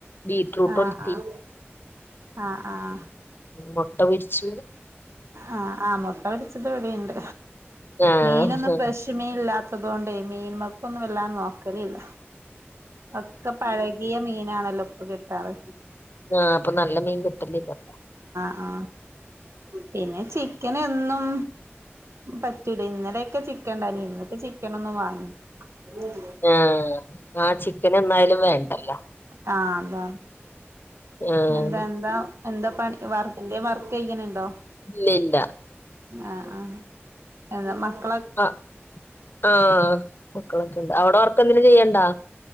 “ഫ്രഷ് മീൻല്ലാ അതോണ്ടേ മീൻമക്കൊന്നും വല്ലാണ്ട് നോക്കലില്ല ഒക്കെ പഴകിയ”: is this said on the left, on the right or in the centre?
Right